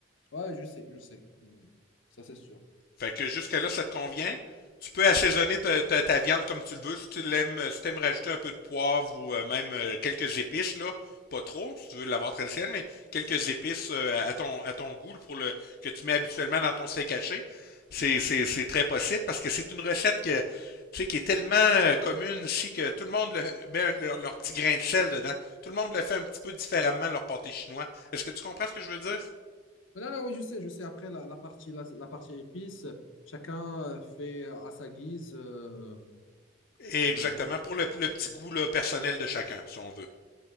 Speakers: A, on the left; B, on the left.
A: Ouais, je sais, je sais. Oui, ça, c'est sûr.
B: Fait que jusque-là, ça te convient. Tu peux assaisonner ta, ta- ta viande comme tu le veux. Si tu l'aimes, si t'aimes rajouter un peu de poivre ou euh, même euh, quelques épices, là, pas trop, si tu veux l'avoir traditionnelle, mais quelques épices euh, à ton, à ton goût pour le que tu mets habituellement dans ton steak haché. C'est, c'est, c'est très possible parce que c'est une recette que, tu sais, qui est tellement euh, commune ici que tout le monde le- met un- leur, leur petit grain de sel dedans. Tout le monde le fait un petit peu différemment, leur pâté chinois. Est-ce que tu comprends ce que je veux dire?
A: Mais Là, là, oui, je sais, je sais. Après, la, la partie, la, la partie épices, chacun euh, fait euh, à sa guise. euh,
B: Exactement,
A: euh, bon,
B: pour le, le petit goût là, personnel de chacun, si on veut.